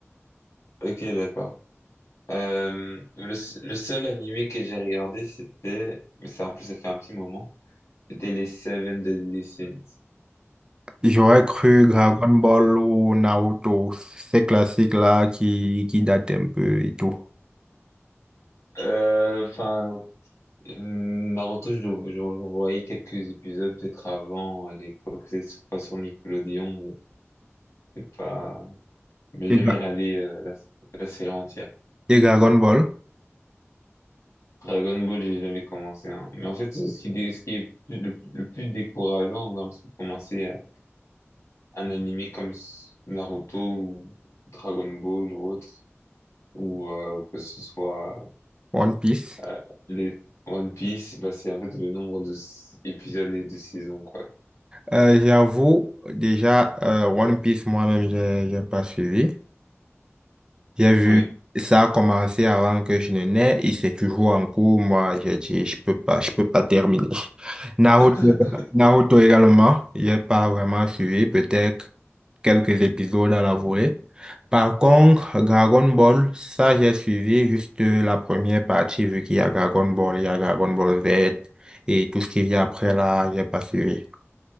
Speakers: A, on the left; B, on the right.
A: Ok, d'accord. Euh, le, s- le seul animé que j'ai regardé, c'était, mais ça, en plus, ça fait un petit moment. C'était les Seven Deadly Sins.
B: J'aurais cru Dragon Ball ou Naruto, ces classiques-là qui, qui datent un peu et tout.
A: Euh, enfin, Naruto, je le- je- j'en voyais quelques épisodes peut-être avant, à l'époque, c'est sur quoi, sur Nickelodeon, mais c'est pas... Mais j'ai
B: Et,
A: jamais
B: Dra-
A: regardé euh, la, la série entière.
B: et Dragon Ball,
A: Dragon Ball, j'ai jamais commencé. hein. Mais en fait, ce qui, dé- ce qui est le, le plus décourageant dans le fait de commencer euh, un animé comme s- Naruto ou Dragon Ball ou autre, ou euh, que ce soit
B: One Piece.
A: euh, les One Piece, bah, c'est en fait le nombre de s- épisodes et de saisons, quoi.
B: Euh, j'avoue, déjà, euh, One Piece, moi-même, j'ai j'ai pas suivi. J'ai vu,
A: Ouais.
B: ça a commencé avant que je ne naisse et c'est toujours en cours. Moi, j'ai dit, je peux pas, je peux pas terminer. <laughs> Naruto,
A: <laughs>
B: Naruto également, j'ai pas vraiment suivi, peut-être quelques épisodes à la volée. Par contre, Dragon Ball, ça j'ai suivi juste la première partie, vu qu'il y a Dragon Ball, il y a Dragon Ball Z et tout ce qu'il y a après là, j'ai pas suivi.